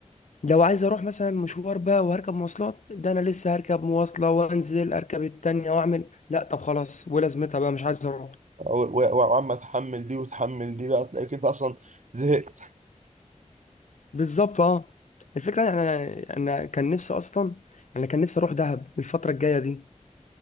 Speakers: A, on the left; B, on the right.
A: لو عايز اروح مثلا مشوار بقى وهركب مواصلات ده انا لسه هركب مواصله وانزل اركب التانية واعمل لا طب خلاص ولازمتها بقى مش عايز اروح
B: و- و- وعمال تحمل دي وتحمل دي بقى تلاقيك أنت أصلا زهقت
A: بالظبط اه الفكره يعني انا كان نفسي اصلا انا كان نفسي اروح دهب الفتره الجايه دي